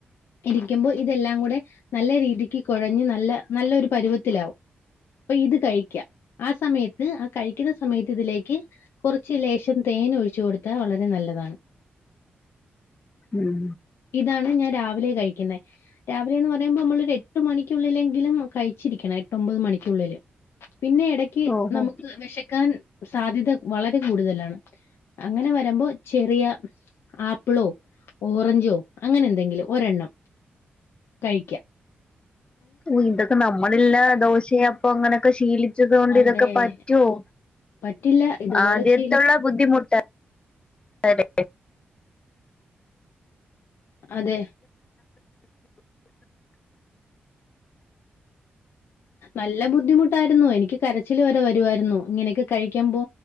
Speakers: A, on the left; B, on the left.
A: ഇരിക്കുമ്പോ ഇതെല്ലാം കൂടെ നല്ല രീതിക്ക് കുഴഞ്ഞ് നല്ല നല്ലൊരു പരിവത്തിലാവും. അപ്പൊ ഇത് കഴിക്കാം. ആ സമയത്ത് ആ കഴിക്കുന്ന സമയത്ത് ഇതിലേക്ക് കുറച്ച് ലേശം തേൻ ഒഴിച്ചു കൊടുത്താൽ വളരെ നല്ല നല്ലതാണ്.
B: ഉം
A: ഇതാണ് ഞാൻ രാവിലെ കഴിക്കുന്നേ. രാവിലെന്ന് പറയുമ്പോ നമ്മളൊരു എട്ട് മണിക്കുള്ളിലെങ്കിലും കഴിച്ചിരിക്കണം. എട്ടൊമ്പത് മണിക്കുള്ളില്. പിന്നെ എടക്ക്
B: ഓഹോ
A: നമുക്ക് വെശക്കാൻ സാധ്യത വളരെ കൂടുതലാണ്. അങ്ങനെ വരുമ്പോ ചെറിയ ആപ്പിളോ ഓറഞ്ചോ അങ്ങനെ എന്തെങ്കിലും ഒരെണ്ണം കഴിക്ക.
B: ഓ ഇതൊക്ക നമ്മളല്ല ദോശയെ അപ്പൊ അങ്ങനൊക്ക ശീലി ച്ചതോണ്ട്
A: അതെ.
B: ഇതൊക്കെ പറ്റുവൊ
A: പറ്റില്ല. ഇതുപോലെ
B: ആദ്യത്തുള്ള
A: ശീലിച്ച്
B: ബുദ്ധിമുട്ട അതെ.
A: അതെ. നല്ല ബുദ്ധിമുട്ടായിരുന്നു എനിക്ക് കരച്ചിൽ വരെ വരുവായിരുന്നു. ഇങ്ങനെയൊക്കെ കഴിക്കുമ്പോ